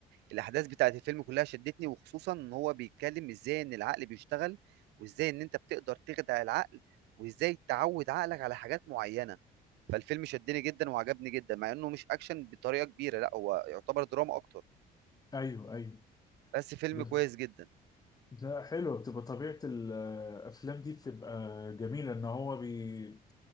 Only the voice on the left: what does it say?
ايوه ايوه
بس
لا حلوه بتبقى طبيعه الافلام دي بتبقى جميله ان هو بي